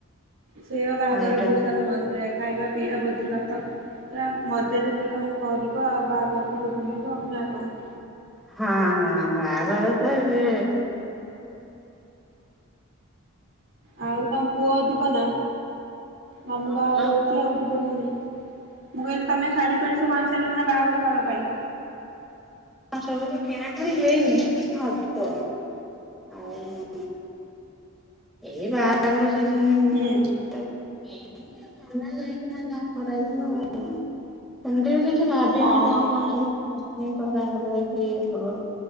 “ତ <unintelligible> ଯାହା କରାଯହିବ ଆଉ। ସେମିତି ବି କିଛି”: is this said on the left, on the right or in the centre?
Centre